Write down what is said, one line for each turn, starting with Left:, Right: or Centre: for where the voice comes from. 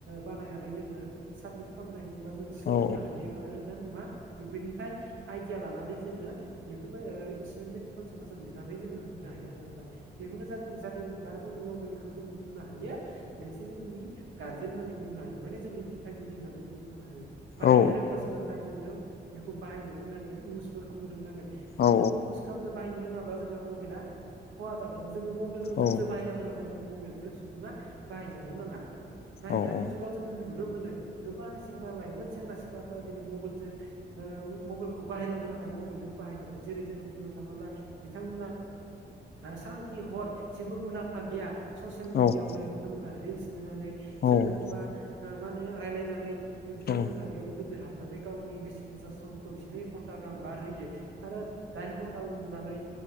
Right: बानायनानै जोङो साबमिट खालामनो ह एबा जो सोलोंनो
Left: औ
Right: हायो आरो जों मा बेफोरनिफ्राय आइडिया लानानै जोङो बेफोरबो एसाइनमेन्ट फरसाफोर जों लिरनानै जोङो होनो हायो आरो नोंथां बेफोरनो जादों दा जोङो मबाइलखौ जोङो बुंनो हायो मोनसे जोंनि गार्जेन होननानै बुंनो हायो माने जोंनि दिथागिरि होननानै जों बुंनो हायो बाहायनो
Left: औ
Right: रोंब्लासो नाथाय जोङो बेखौ बाहायनोबो रोंनांगोन इउसबो खालामनो रोंनांगोन बेफोरबायदि
Left: औ
Right: इउस खालामनो बाहायनो रोङाबा जोंहा मबाइला खहा जागोन जोङो मबाइलखौ
Left: औ
Right: जोंसो बाहायनांगौ नाथाय मबाइलजों सुबुं आ बाहायजानो नाङा
Left: औ
Right: दानि
Left: औ
Right: जुगाव जों नुनो मोनो गोबां सेंग्रा लाइमोन सेंग्रा सिख्लाफोरा दिनै मबाइलजों मबाइलखौ बाहायनांगौ नाथाय मबाइलजों बाहायजादों जेरै जोङो बुंनो थाङोब्ला बिथांमोना सान खि हर जेबो मुलाम्फा गैया ससियेल मिडियाआवनो
Left: औ
Right: बिथांमोना रिल्स नायनानै सोरजोंबा
Left: औ
Right: मा होनो रायलायनानै बिथांमोना
Left: औ
Right: बेयावनो गोदो हाबनानै गावनि बेसेन गोसा समखौ जिनै घन्टा गाहाम बारहोयो आरो दाइन घन्टा उन्दुनानै